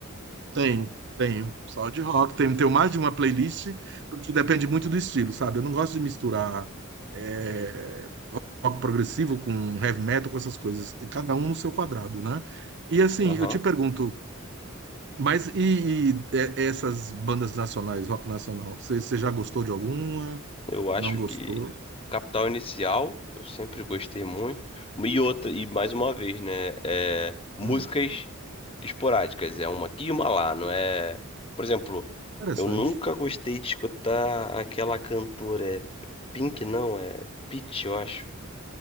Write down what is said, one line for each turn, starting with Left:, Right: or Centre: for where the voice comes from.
Right: tem, tem. Só de rock, tem, tem mais de uma playlist, porque depende muito do estilo, sabe? Eu não gosto de misturar. eh, rock progressivo, com heavy metal, com essas coisas, e cada um no seu quadrado, né? E assim,
Left: Aham.
Right: eu te pergunto, mas e, e é- essas bandas nacionais, rock nacional, você você já gostou de alguma?
Left: Eu acho
Right: Não gostou?
Left: que Capital Inicial, eu sempre gostei muito. E outra, e mais uma vez, né? É, músicas
Right: Hum,
Left: esporádicas, é uma aqui e uma lá, não é? Por exemplo,
Right: interessante.
Left: eu nunca gostei de escutar aquela cantora, é Pink, não, é Pitty, eu acho.